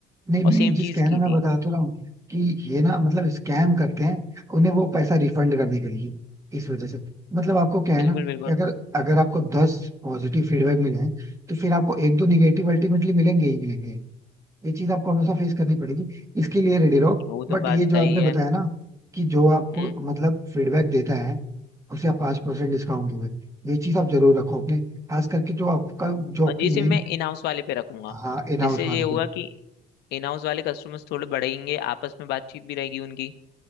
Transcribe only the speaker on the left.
और सेम
चीज
की
थी
बिल्कुल
बिल्कुल
वो तो
बात
सही
है
हम्म
और जैसे
मैं इन हाउस वाले पे रखूंगा
जिससे
ये होगा
कि इन हाउस वाले कस्टमर्स थोड़े बढ़ेंगे आपस में बातचीत भी रहेगी उनकी